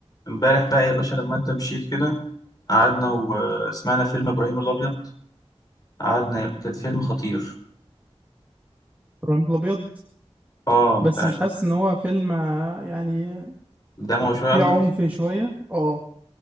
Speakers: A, on the left; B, on the right.
A: امبارح بقى يا باشا لما انت مشيت كده قعدنا وسمعنا فيلم ابراهيم الابيض قعدنا كان فيلم خطير
B: ابراهيم الابيض
A: اه انت
B: بس
A: اكيد
B: مش حاسس ان هو فيلم آه، يعني
A: دموي شويه
B: فيه
A: قصدك
B: عنف شويه اه